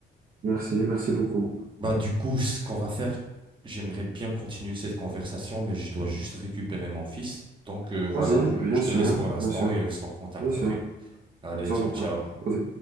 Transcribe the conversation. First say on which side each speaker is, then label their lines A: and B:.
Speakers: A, on the right (about 45°); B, on the right (about 25°).
A: Merci, merci beaucoup.
B: Bah, du coup, ce qu'on va faire, j'aimerais bien continuer cette conversation, mais je dois juste récupérer mon fils. Donc, euh, voilà,
A: Vas-y,
B: je,
A: bien
B: je
A: sûr,
B: te laisse pour l'instant
A: bien sûr,
B: et euh, on se recontacte
A: bien sûr.
B: après. Allez,
A: Ça
B: ciao,
A: rentre.
B: ciao.
A: Vas-y.